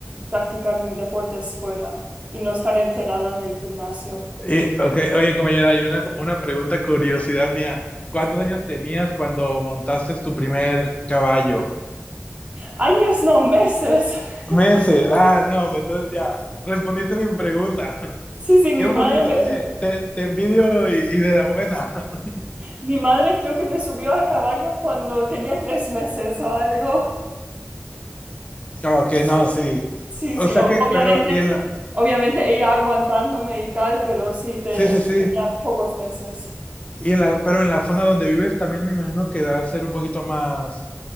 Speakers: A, on the right (about 25°); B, on the left (about 25°).
A: Practicar deportes fuera y no estar encerrada en el gimnasio.
B: Y, okay, oye, compañera, hay una, una pregunta, curiosidad mía. ¿Cuántos años tenías cuando montaste tu primer caballo?
A: Años, no, meses. <laughs>
B: Meses. Ah, no, entonces ya respondiste mi pregunta. <laughs>
A: Sí, sí, mi
B: Qué bonito,
A: madre me,
B: ¿eh? Te, te envidio y, y de la buena. <laughs>
A: Mi madre creo que me subió a caballo cuando tenía tres meses o algo.
B: Ok, no, sí.
A: Sí,
B: O
A: sí,
B: sea
A: o-
B: que,
A: obviamente,
B: pero, y en la,
A: obviamente ella aguantándome y tal, pero sí, te,
B: sí, sí, sí.
A: tenía pocos meses.
B: Y en la, pero en la zona donde vives también me imagino que debe ser un poquito más,